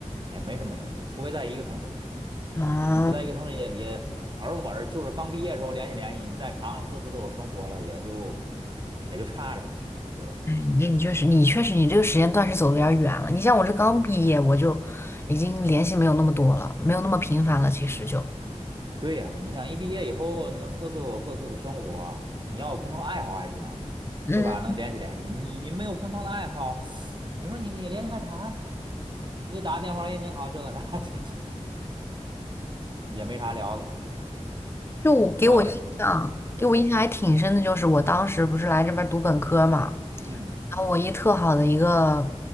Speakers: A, on the right; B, on the left.
A: 也没什么联系，除非在一个城市。
B: 啊。
A: 你不在一个城市也也，而我就是刚毕业的时候联系联系，你再长了各自都有生活了，也就也就差着了，对吧？
B: 你你确实，你确实，你这个时间段是走的有点儿远了。你像我这刚毕业，我就已经联系没有那么多了，没有那么频繁了。其实就，
A: 对呀，你想一毕业以后，那各自有各自的生活，你要有共同爱好还行，
B: 嗯，
A: 对吧？能联系联系，你你没有共同的爱好，你说你你联系干啥呢？你就打个电话，哎，你好，这个那 <laughs> 这这也没啥聊的，
B: 就我给我印象，
A: 主要是对，
B: 给我印象还挺深的，就是我当时不是来这边儿读本科嘛，
A: 嗯
B: 然后我一特好的一个